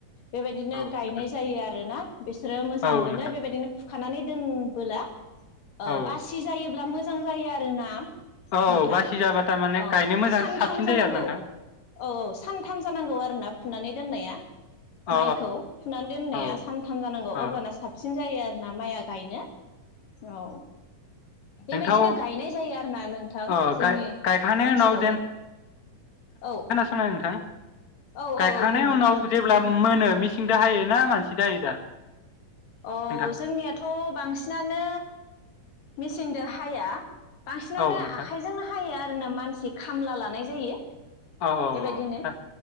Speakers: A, on the left; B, on the left.
A: बेबायदिनो
B: औ
A: गायनाय
B: नोंथां
A: जायो आरोना? बिसोरो मोजां
B: औ
A: मोनो
B: नोंथां
A: बेबायदिनो फद खानानै दोनबोला ओ
B: औ
A: बासि जायोब ब्ला मोजां जायो आरोना?
B: औ
A: नोंथां
B: बासि जाब्ला थारमाने
A: औ
B: गायनो मोजां
A: सानथाम
B: साबसिन
A: जानांगौ
B: जायो आरो नोंथां।
A: औ औ सानथाम जानांगौ आरोना फुनानै दोननाया
B: औ
A: माइखौ फुनानै दोननाया
B: औ
A: सानथाम जानांगौ
B: औ
A: अब्लाना साबसिन सिन जायो आरो ना माइआ गायनो। औ बेबायदिनो
B: नोंथां
A: गायनाय जायो आरोना नोंथां
B: अ
A: जोंनि
B: गायखांनायनि
A: ओनसोलावबो
B: उनाव
A: औ
B: खोनादो नोंथां?
A: औ औ
B: गायखांनायनि
A: औ बुं नोंथां
B: उनाव जेब्ला मोनो मिसिं दो हायोना मानसि दो हायो दा?
A: औ
B: नोंथां?
A: जोंनियाथ' बांसिनानो मेसिनदो हाया। बांसिनानो
B: औ नोंथां
A: आखायजोंनो हायो आ जोंना मानसि खामला लानाय जायो
B: औ औ
A: बेबायदिनो
B: औ दा